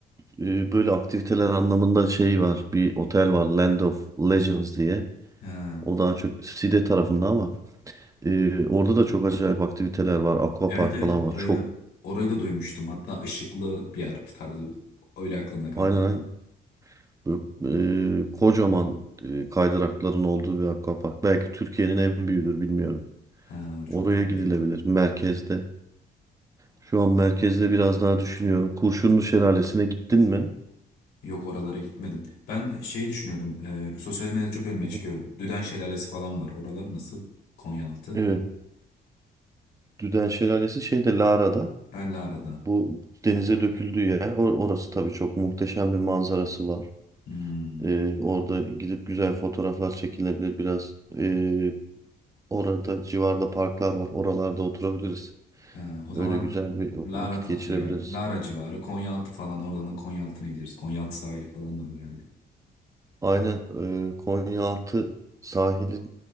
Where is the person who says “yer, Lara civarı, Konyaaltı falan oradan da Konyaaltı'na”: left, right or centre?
Left